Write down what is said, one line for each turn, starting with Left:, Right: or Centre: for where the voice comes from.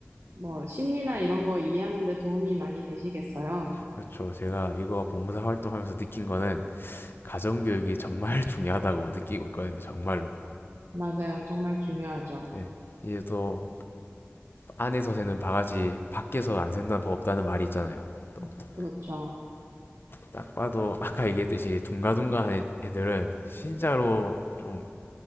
Right: 뭐, 심리나 이런 거 이해하는 데 도움이 많이 되시겠어요.
Left: 그렇죠. 제가 이거 봉사활동하면서 느낀 거는 가정교육이 정말 <laughs> 중요하다고 느끼고 있거든요.
Right: 음,
Left: 정말로.
Right: 맞아요. 정말 중요하죠.
Left: 네. 이제 또 안에서 새는 바가지 밖에서 안 샌다는 법 없다는 말이 있잖아요. 또
Right: 음, 그렇죠.
Left: 딱 봐도 <laughs> 아까 얘기했듯이 둥가둥가한 애- 들은 진짜로 좀